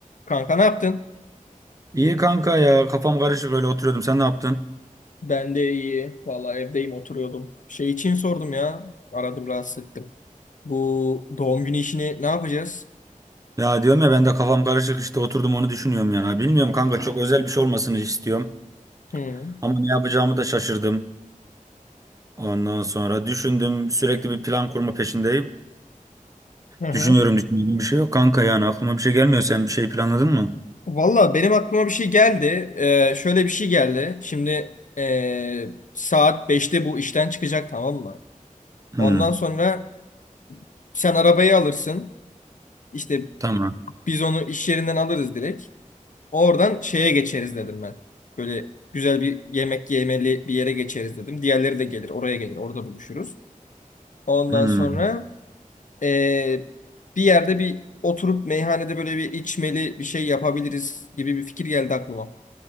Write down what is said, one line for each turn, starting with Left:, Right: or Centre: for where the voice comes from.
Left: Kanka ne yaptın?
Right: İyi kanka ya kafam karışık öyle oturuyordum sen ne yaptın?
Left: Ben de iyi. Valla evdeyim oturuyordum. Şey için sordum ya. Aradım rahatsız ettim. Bu doğum günü işini ne yapacağız?
Right: Ya diyorum ya ben de kafam karışık işte oturdum onu düşünüyorum ya. Bilmiyorum kanka çok özel bir şey olmasını istiyorum.
Left: Hı.
Right: Ama ne yapacağımı da şaşırdım. Ondan sonra düşündüm sürekli bir plan kurma peşindeyim.
Left: Hı hı.
Right: Düşünüyorum düşünüyorum bir şey yok kanka yani aklıma bir şey gelmiyor sen bir şey planladın mı?
Left: Valla benim aklıma bir şey geldi. Ee, şöyle bir şey geldi. Şimdi ee, saat beşte bu işten çıkacak tamam mı?
Right: Hmm,
Left: Ondan sonra sen arabayı alırsın. İşte
Right: tamam.
Left: biz onu iş yerinden alırız direkt. Oradan şeye geçeriz dedim ben. Böyle güzel bir yemek yemeli bir yere geçeriz dedim. Diğerleri de gelir, oraya gelir, orada buluşuruz. Ondan
Right: Hmm.
Left: sonra eee, bir yerde bir oturup meyhanede böyle bir içmeli bir şey yapabiliriz gibi bir fikir geldi aklıma.